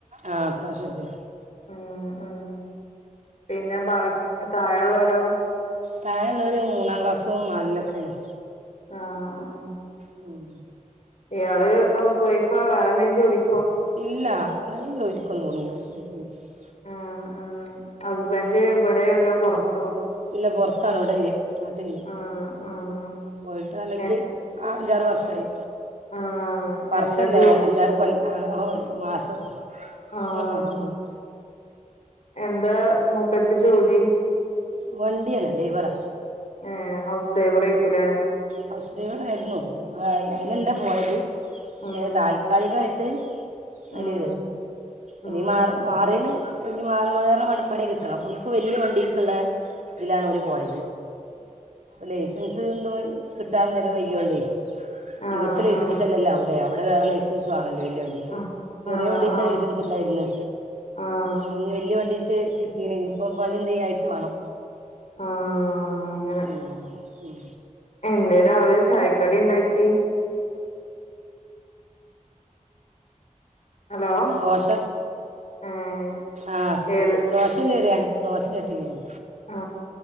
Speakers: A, on the right; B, on the left.
A: ആഹ് ഇപ്രശ്യം പത്തില
B: ഉം ഉം പിന്നെ ബ താഴള്ളോരോ
A: താഴളൊരു മൂന്നാം ക്ലാസ്സും നാലിലൊക്കെയാണ്
B: ആഹ് ആഹ്
A: ഉം
B: ഇയാള് ഹൗസ് വൈഫാ വേറെന്തേലും ജോലി
A: ഇല്ല അങ്ങനെ ജോലിക്കൊന്നും പോണില്ല <unintelligible>
B: ആഹ് ആഹ് ഹസ്ബൻഡ് ഇവിടെ അല്ല പുറത്തൊ
A: ഇല്ല പൊർത്താണ് ഇവിടില്ല നാട്ടില്ല
B: ആഹ് ആഹ്
A: പോയിട്ട് നാലഞ്ച്
B: എ
A: ആ അഞ്ചാറ് വർഷായി
B: ആഹ്
A: വർഷല്ല
B: എന്താ ജോ
A: അഞ്ചാറ് കൊല്ല് <unintelligible> മാസം <unintelligible>
B: ആഹ് എന്താ മൂപ്പർക്ക് ജോലി
A: വണ്ടിയാണ് ഡൈവറ
B: ഏ ഹൗസ് ഡ്രൈവറ് ആയിക്കൂലേ
A: ഹൗസ് ഡ്രൈവർ ആയിരുന്നു അയിനല്ല
B: ഉം
A: പോയത് പക്ഷെ
B: ഉം
A: താൽക്കാലികായിട്ട് അല്
B: ഉം ഉം
A: എന്തേ മാറ്
B: ഉം
A: മാറീണ് ഒയ്ഞ് മാറ വേറെ മണപ്പണി കിട്ടണം. ഓൽ ഇപ്പ വെല്യ വണ്ടി ഒക്കെല്ല ഇതിലാണ് ഓല് പോയത് ലൈസൻസ് എന്തോ കിട്ടാൻ നേരം വൈകിയോണ്ടേ
B: ആഹ്
A: ഇവടുത്തെ ലൈസൻസ്
B: ആഹ് ആഹ്
A: അല്ലല്ലോ അവിടെ അവിടെ വേറെ ലൈസൻസ് വേണല്ലോ വല്ല്യവ ഉം
B: ആഹ്
A: ഉം ചെറിയ
B: ആഹ്
A: വണ്ടി ഇപ്പഴേ
B: ആഹ്
A: തന്നെ യസ് ച് ണ്ടായിരിന്ന്
B: ആഹ്
A: ഇനി വലിയ വണ്ടിട്ട് കിട്ടീണ ഇനി ഇപ്പം പനന്ത്യ ആയിട്ട് വേണം
B: ആഹ് അങ്ങനെ
A: ഉം, ഉം.
B: എന്തേ രാവിലെ ചായക്കടിണ്ടാക്കി ഹലോ
A: ദോശ
B: ഏഹ്
A: ആ
B: ഏത്
A: ദോശഞെരിയ ദോശ ചട്ടിനീയും
B: ആ